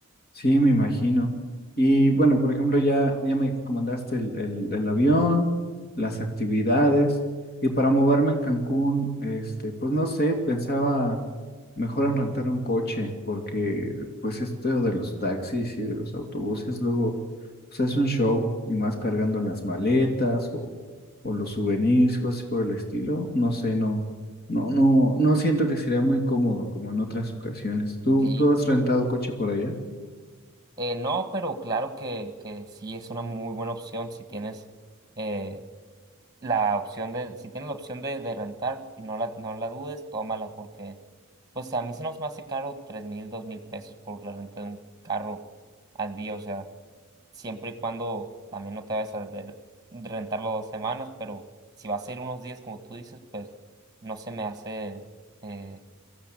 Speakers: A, on the left; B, on the right.
A: Sí, me imagino. Y bueno, por ejemplo, ya, ya me comandaste el, el, el avión, las actividades, y para moverme en Cancún, este, pues no sé, pensaba mejor en rentar un coche, porque pues esto de los taxis y de los autobuses, luego, pues es un show, y más cargando las maletas o, o los souvenirs, cosas por el estilo, no sé, no, no, no, no siento que sería muy cómodo como en otras ocasiones. ¿Tú,
B: Sí.
A: tú has rentado coche por allá?
B: Eh, no, pero claro que, que sí es una muy buena opción si tienes eh, la opción de, si tienes la opción de, de rentar, no la, no la dudes, tómala, porque pues a mí se nos me hace caro tres mil, dos mil pesos por la renta de un carro al día, o sea, siempre y cuando también no te vayas a de- rentarlo dos semanas, pero si vas a ir unos días como tú dices, pues no se me hace eh,